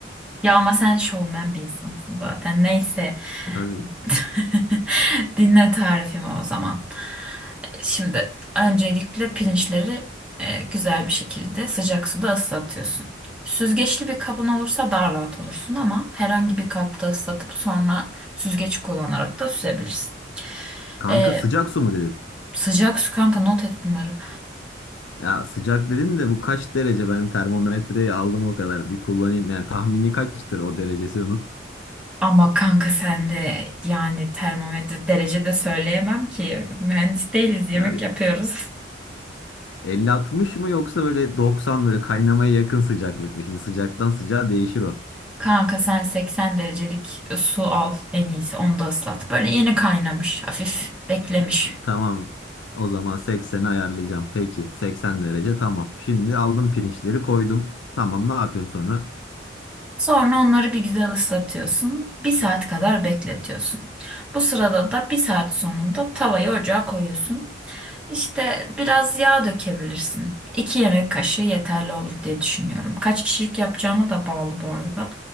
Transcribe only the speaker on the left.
Tabii.
Kanka
sıcak su mu dedin?
Ya sıcak dedin de bu kaç derece? Ben termometreyi aldım o kadar. Bir kullanayım. Yani tahmini kaçtır o derecesi onun?
Ya bir
50-60 mı yoksa böyle 90 böyle kaynamaya yakın sıcaklık mı? Şimdi sıcaktan sıcağa değişir o.
Tamam. O zaman 80'i ayarlayacağım. Peki 80 derece tamam. Şimdi aldım pirinçleri koydum. Tamam ne yapıyorum sonra?